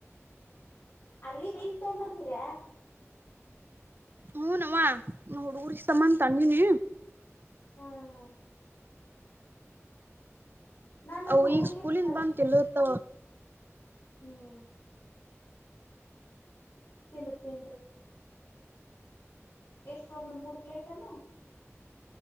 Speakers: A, on the left (about 45°); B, on the right (about 45°).
A: ಅಲ್ಲಿದ ಇಲ್ ತೊಂಬಂದಿರ
B: ಹೂ ನವ ನಾ ಹುಡುಗುರ ಸಂಬಂಧ ತಂದಿನಿ
A: ಹಾ ಹಾ ನಾನು
B: ಅವು
A: ಹುಡುಗುರಿಗೆತ್ತ
B: ಈಗ ಸ್ಕೂಲಿಂದ
A: ತರಸ
B: ಬಂದ್ ತಿಲ್ಲೋತವ
A: ಹ್ಮ್ ತಿನ್ರಿ ತಿನ್ರಿ ಎಷ್ಟೊಂದು ಮೂರ್ ಪ್ಲೇಟನು